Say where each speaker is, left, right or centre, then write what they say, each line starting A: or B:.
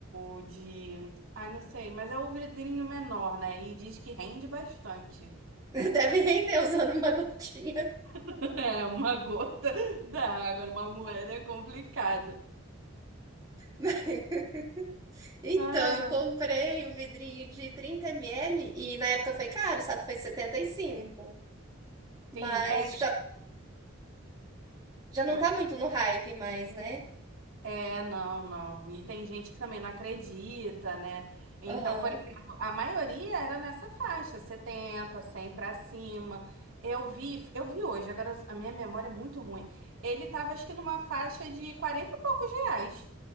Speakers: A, on the right; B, on the right.
A: o de. Ai, não sei, mas é o vidrinho menor, né? E diz que rende bastante.
B: <laughs> Deve
A: Tô-
B: render usando uma gotinha.
A: <laughs> É uma gota da água, uma moeda é complicado.
B: <laughs> Então,
A: Ai,
B: eu
A: ai.
B: comprei o vidrinho de 30 ml e na época foi caro, sabe? Foi setenta e cinco, Mas
A: Sim, é.
B: já, já não
A: Pode
B: tá muito no hype mais, né?
A: É, não, não. E tem gente que também não acredita, né? Então,
B: Aham.
A: por exemplo, a maioria era nessa faixa, 70, 100 pra cima. Eu vi, eu vi hoje, agora a minha memória é muito ruim. Ele tava, acho que numa faixa de 40 e poucos reais,